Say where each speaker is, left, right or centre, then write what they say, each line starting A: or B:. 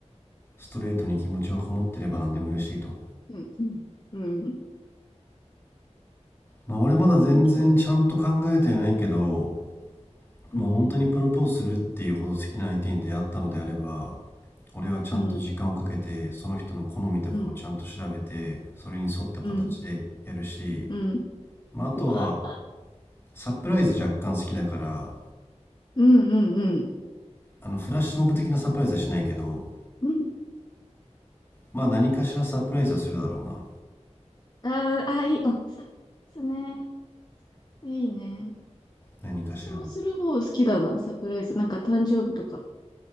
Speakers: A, on the left (about 20°); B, on the left (about 35°).
A: ストレートに気持ちはこもってれば何でも嬉しいと
B: え、うん、うん、うん、
A: まあ俺まだ全然ちゃんと考えてないけど
B: うん、そう。うん、
A: まあ本当にプロポーズするっていうほど好きな相手に出会ったのであれば俺はちゃんと時間をかけてその人の好みとかをちゃんと調べてそれに沿った形でやるし、
B: うん、うん、うん、うん、
A: まあ、あとは
B: うわあ、
A: サプライズ若干好きだから
B: うん、うん、うん。
A: あのフラッシュモブ的なサプライズはしないけど
B: うん
A: まあ何かしらサプライズはするだろうな
B: あー、あ、いい、あ、サプライズね。いいね。
A: 何かしらの
B: 私もする方好きだな、サプライズ。なんか誕生日とか。